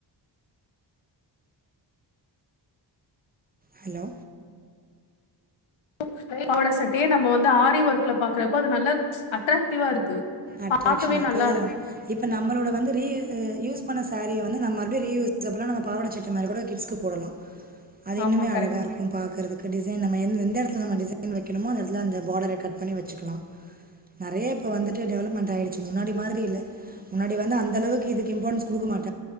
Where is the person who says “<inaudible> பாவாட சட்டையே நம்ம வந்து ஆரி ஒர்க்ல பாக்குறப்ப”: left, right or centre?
Left